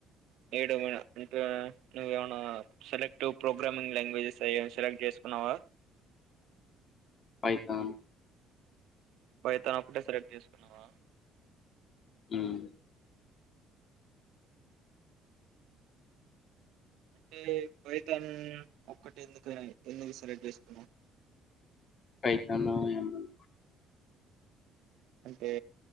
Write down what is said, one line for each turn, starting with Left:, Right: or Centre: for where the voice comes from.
Right: వయడమనా అంటే నువ ఏమైనా సెలెక్ట్ ప్రోగ్రామింగ్ లాంగ్వేజెస్ దానికి చేసుకున్నావా
Left: పైతాన్
Right: పైథాన్ ఒకటే సెలెక్ట్ చేసుకున్నావా.
Left: హ్మ్
Right: అంటే ఫైథాన్ ఒక్కటి ఎందుకని ఎందుకు సెలెక్ట్ చేసుకున్నావ్.
Left: ఫైథానో ఏమున్
Right: తే